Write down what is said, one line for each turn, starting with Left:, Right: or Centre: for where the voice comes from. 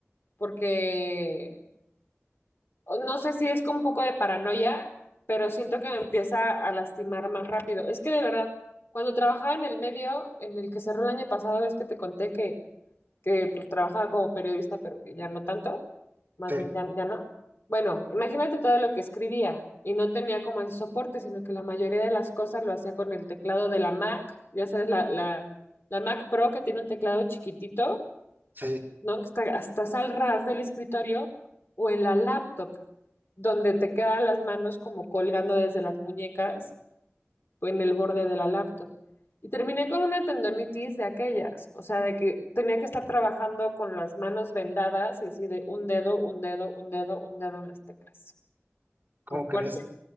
Left: porque no sé si es con un poco de paranoia, pero siento que me empieza a lastimar más rápido. Es que de verdad, cuando trabajaba en el medio en el que cerró el año pasado, es que te conté que, que pues trabajaba como periodista, pero que ya no tanto, más
Right: Sí,
Left: bien ya, ya no. Bueno, imagínate todo lo que escribía y no tenía como ese soporte, sino que la mayoría de las cosas lo hacía con el teclado de la Mac, ya sabes, la, la, la Mac Pro que tiene un teclado chiquitito
Right: sí,
Left: ¿no? Que está- estás al ras del escritorio o en la laptop, donde te quedan las manos como colgando desde las muñecas o en el borde de la laptop. Y terminé con una tendonitis de aquellas, o sea, de que tenía que estar trabajando con las manos vendadas y así de un dedo, un dedo, un dedo, un dedo en las teclas.
Right: ¿cómo
Left: O sea, fuerte.
Right: crees?